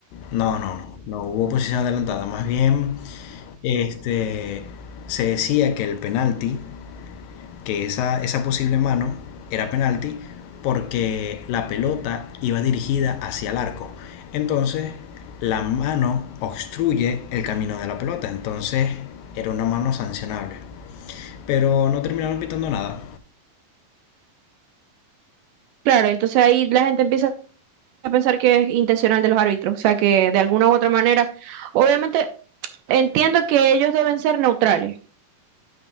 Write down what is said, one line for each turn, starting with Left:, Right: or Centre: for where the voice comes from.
Left: no, no, no, no hubo posición adelantada, más bien este, se decía que el penalti que esa, esa posible mano era penalti porque la pelota iba dirigida hacia el arco. Entonces, la mano obstruye el camino de la pelota. Entonces, era una mano sancionable. Pero no terminaron pitando nada.
Right: Claro, entonces ahí la gente empieza a pensar que es intencional de los árbitros, o sea que de alguna u otra manera, obviamente entiendo que ellos deben ser neutrales